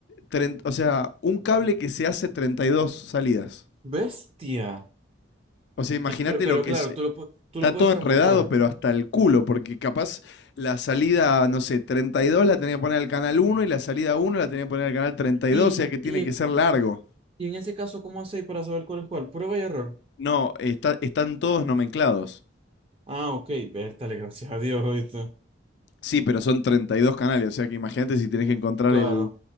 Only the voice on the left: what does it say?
30 o sea, un cable que se hace 32 salidas.
O sea, imagínate
lo que
es.
Está
todo
enredado, pero hasta el culo, porque capaz la salida, no sé, 32 la tenía que poner al canal uno y la salida uno la tenía que poner al canal treinta y
dos o sea que tiene
que ser largo.
No, está- están todos nomenclados.
Sí, pero son 32 canales, o sea que imagínate si tenés que encontrar
el,